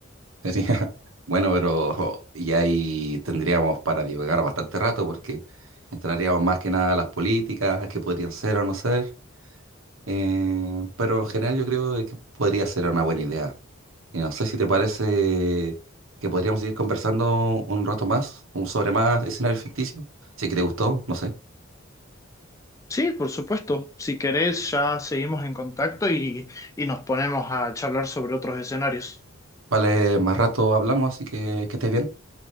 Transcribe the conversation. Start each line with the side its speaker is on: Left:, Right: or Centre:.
Right: Sería- <laughs> Bueno, pero jo, y ahí tendríamos para divagar bastante rato porque entraríamos más que nada a las políticas, que podrían ser o no ser, eh, pero en general yo creo de que podría ser una buena idea Y no sé si te parece que podríamos seguir conversando un rato más, un sobre más escenarios ficticios. Si que te gustó, no sé.
Left: Sí, por supuesto. Si querés, ya seguimos en contacto y, y nos ponemos a charlar sobre otros escenarios.
Right: Vale, más rato hablamos, así que que estés bien.